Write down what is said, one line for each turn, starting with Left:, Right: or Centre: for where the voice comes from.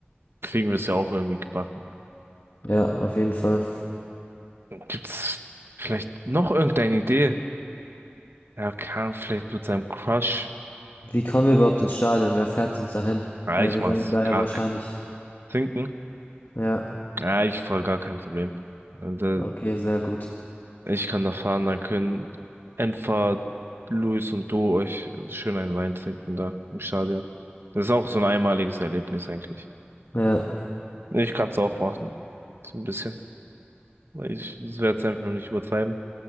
Right: kriegen wir es ja auch irgendwie gebacken.
Left: ja, auf jeden Fall.
Right: Gibt's vielleicht noch irgendeine Idee? Ja, kann vielleicht mit seinem Crush.
Left: Wie kommen wir überhaupt ins Stadion? Wer fährt uns dahin?
Right: Ja,
Left: Weil
Right: ich
Left: wir
Right: mach's.
Left: werden da
Right: Kack.
Left: ja wahrscheinlich.
Right: Trinken?
Left: Ja,
Right: Ja, ich voll gar kein Problem. Und, äh,
Left: okay, sehr gut.
Right: Ich kann da fahren, dann können Enfer, Luis und du euch schön einen Wein trinken da im Stadion. Das ist auch so ein einmaliges Erlebnis eigentlich.
Left: Ja,
Right: Nee, Ich kann es auch machen. So ein bisschen. Weil Ich werde es einfach nur nicht übertreiben.